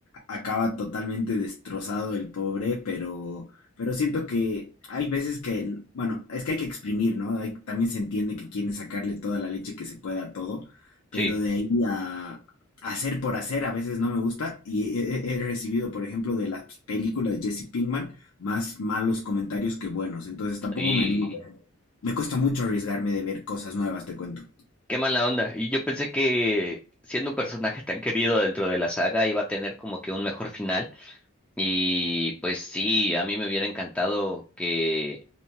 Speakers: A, on the left (about 90°); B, in the centre.
A: acaba totalmente destrozado el pobre, pero, pero siento que hay veces que, bueno, es que hay que exprimir, ¿no? Hay- también se entiende que quieren sacarle toda la leche que se pueda a todo, pero
B: sí.
A: de ahí a a hacer por hacer a veces no me gusta y he, he- he recibido, por ejemplo, de las películas de Jesse Pinkman más malos comentarios que buenos, entonces tampoco
B: Y
A: me animo. a ver. Me cuesta mucho arriesgarme de ver cosas nuevas, te cuento.
B: Qué mala onda. Y yo pensé que siendo un personaje tan querido dentro de la saga iba a tener como que un mejor final. Y pues sí, a mí me hubiera encantado que,